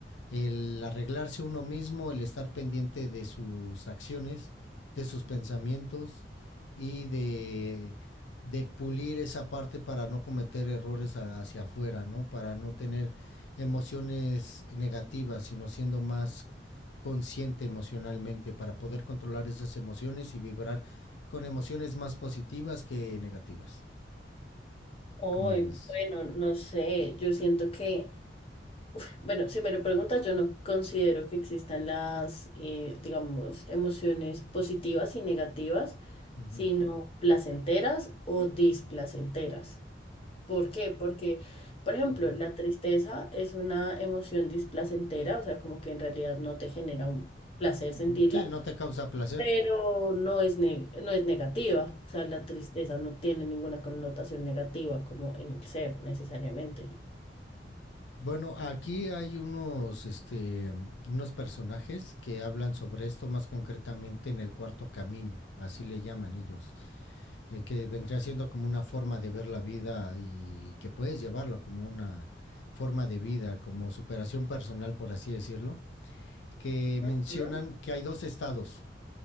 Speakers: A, on the left (about 85°); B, on the left (about 35°).
A: el arreglarse uno mismo, el estar pendiente de sus acciones, de sus pensamientos y de, de pulir esa parte para no cometer errores a- hacia afuera, ¿no? Para no tener emociones negativas, sino siendo más consciente emocionalmente, para poder controlar esas emociones y vibrar con emociones más positivas que negativas.
B: Hoy,
A: ¿Cómo ves?
B: bueno, no sé, yo siento que, bueno, si me lo preguntas, yo no considero que existan las, eh, digamos, emociones positivas y negativas,
A: Ujú,
B: sino placenteras o displacenteras. ¿Por qué? Porque, por ejemplo,
A: ujú.
B: la tristeza es una emoción displacentera, o sea, como que en realidad no te genera un placer
A: Mm,
B: sentirla,
A: Sí, no te causa placer.
B: pero no es ne- no es negativa, o sea, la tristeza no tiene ninguna connotación negativa como en el ser necesariamente.
A: Bueno, aquí hay unos, este, unos personajes que hablan sobre esto más concretamente en el cuarto camino, así le llaman ellos, eh, que vendría siendo como una forma de ver la vida y que puedes llevarlo como una forma de vida, como superación personal, por así decirlo, que
B: Ujú,
A: mencionan que hay dos estados,